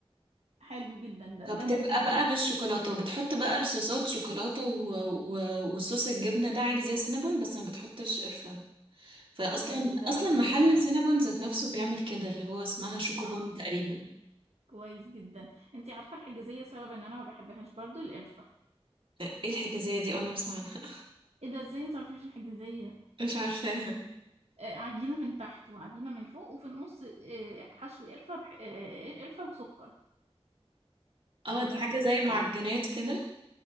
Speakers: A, on the right (about 85°); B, on the right (about 55°).
A: حلو جدا ده
B: فبتبقى
A: ده ممكن اديله
B: بقى
A: فلوس
B: بالشوكولاته وبتحط بقى الصوصات شوكولاته و... و... وصوص الجبنه ده عادي زي السينابون بس ما بتحطش قرفه فاصلا
A: حلو ده
B: اصلا
A: ممكن
B: محل
A: اجربه
B: سينابون ذات نفسه بيعمل كده اللي هو اسمها شوكوبون
A: اه
B: تقريبا
A: كويس جدا انتي عارفه الحجازيه سبب ان انا ما بحبهاش برضو القرفه
B: ايه الحكايه دي اول مره اسمع عنها <laughs>
A: ايه ده ازاي ما تعرفيش الحجازيه
B: مش عارفاها
A: آه عجينه من تحت وعجينه من فوق وفي النص آه حشو قرفه بح... آه قرفه وسكر
B: اه
A: بتبقى
B: دي حاجه
A: من فوق
B: زي معجنات
A: آه.
B: كده